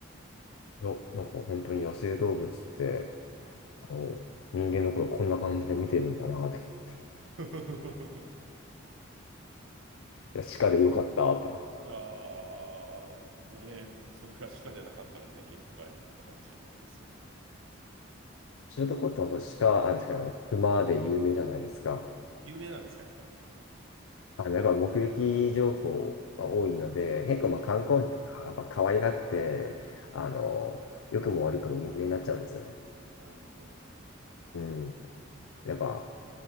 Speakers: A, on the left (about 80°); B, on the right (about 70°).
A: いや、なんか本当に野生動物って、
B: うん
A: あの、人間のことこんな感じで見てるんだなって。い
B: <laughs>
A: や、鹿でよかったって。
B: いやー、ねえ、それが鹿じゃなかったらね、結構大変だったかもしれないですよね。
A: 知床って本当鹿、あれしかない、熊で有名じゃないですか。
B: 有名なんですか、やっぱり。
A: あの、やっぱ目撃情報が多いので、結構まあ観光客がやっぱ可愛がって、
B: ああ、
A: あの、良くも悪くも有名になっちゃうんですよね。
B: なるほどね。
A: うん。やっぱ、